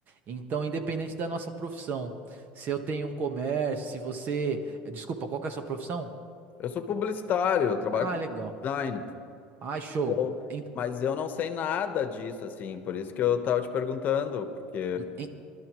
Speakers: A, on the right (about 45°); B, on the left (about 40°).
A: Então, independente da nossa profissão, se eu tenho um comércio, se você. Desculpa, qual que é a sua profissão?
B: Eu sou publicitário, eu trabalho
A: Ah,
B: com
A: legal.
B: design.
A: Ah, show.
B: Eu-
A: En-
B: Mas eu não sei nada disso, assim, por isso que eu tava te perguntando, porque
A: en-